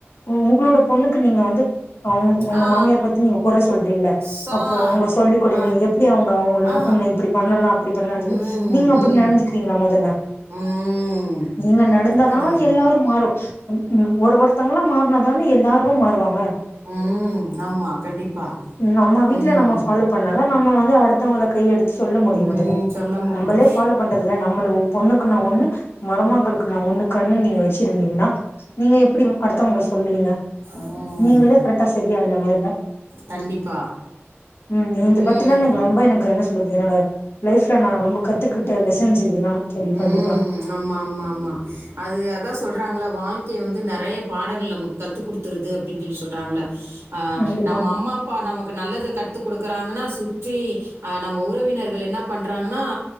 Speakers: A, on the left (about 60°); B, on the right (about 75°).
A: உங்களோட பொண்ணுக்கு நீங்க வந்து அவங்க உங்க
B: ஆ
A: மாமியார் பத்தி நீங்க கொற சொல்றீங்களா
B: சா
A: அப்போ அவங்க சொல்லி கொடுங்க
B: ஆ
A: அப்டி அவங்க அவங்கள
B: ஆ
A: உன்ன இப்படி பண்ணலா அப்படி பண்ணலானு சொல்லி
B: ம்
A: நீங்க அப்படி
B: ம்
A: நடந்துக்கிறீங்ளா முதல்ல
B: ம்
A: நீங்க நடந்தாதா
B: கெடையாது
A: எல்லாரு மாறு ஒரு ஒருத் மாறுனா தானே எல்லாருமே மாறுவாங்க
B: ஆஹ் உம் ஆமா கண்டிப்பா
A: நம்ம வீட்டுல
B: ம்
A: நம்ம ஃபாலோ பண்ணாதா நம்ம வந்து அடுத்தவங்கள கையெடுத்து சொல்ல முடியு முதல்ல
B: ம் சொல்ல முடியும்
A: நம்மளே ஃபாலோ பண்றதுல நம்மள பொண்ணுக்கு நா ஒண்ணு மருமகளுக்கு நா ஒண்ணு கண்ணு நீங்க வச்சிருந்தீங்கன்னா நீங்க எப்டி அடுத்தவங்கள சொல்லுவீங்க
B: ம்
A: நீங்களே கரெக்டா சரியா இல்ல மொதல்ல
B: கண்டிப்பா
A: உம் இத
B: ம்
A: பத்திலா நீங்க ரொம்ப எனக்கு சொல்றது என்னோட லைஃப்ல நா ரொம்ப கத்துக்கிட்ட லெசன்ஸ் இதெல்லா தோழி
B: ம்
A: கண்டிப்பா
B: ஆமா ஆமா ஆமா அது அதா சொல்கறாங்கள வாழ்க்கைய வந்து நெறைய பாடங்கள் நமக்கு கத்து கொடுத்துருது அப்டின்னு சொல்லி சொல்றாங்கள அஹ்
A: கண்டிப்பா
B: நம்ம அம்மா இப்போ நமக்கு நல்லத கத்து கொடுக்குறாங்கன்னா சுற்றி ஆ நம்ம உறவினர்கள் என்ன பண்றாங்கன்னா